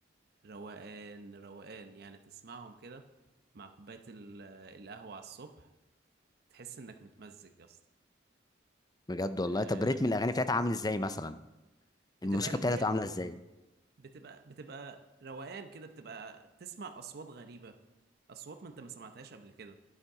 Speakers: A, on the right (about 55°); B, on the left (about 20°).
A: روقان روقان يعني تسمعهم كده مع كوبايه ال- القهوه على الصبح تحس انك متمزج يا اسطى
B: بجد والله
A: آه،
B: طب ريتم الاغاني بتاعتها عامل ازاي مثلا
A: بتبقى
B: الموسيقى
A: اللي
B: بتاعتها
A: هي
B: بتبقى عامله ازاي
A: بتبقى بتبقى روقان كده بتبقى تسمع اصوات غريبه اصوات ما انت ما سمعتهاش قبل كده